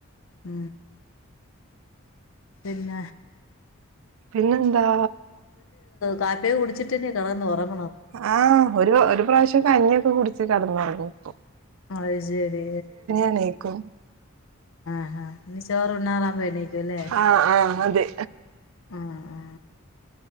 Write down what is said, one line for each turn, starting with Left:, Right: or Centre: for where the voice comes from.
Left: ഉ പിന്ന
Right: പിന്നെന്താ
Left: കാപ്പിയെ കുടിച്ചിട്ട്ന്ന കടന്നന്ന്റ
Right: ആഹ ഒരു ഒരു പ്രാവശ്യംൊക്കെ അഞ്ഞിയൊക്കെ കുടിച്ച് കടന്നുരുന്നു ഇപ്പ
Left: അത് ശരി
Right: എണീക്കും
Left: ആഹ ഇ ചോറ് ഉണ്ണറ വേണേക്കുംല്ലേ
Right: ആഹ് ആഹ് അതെ
Left: ആ ആ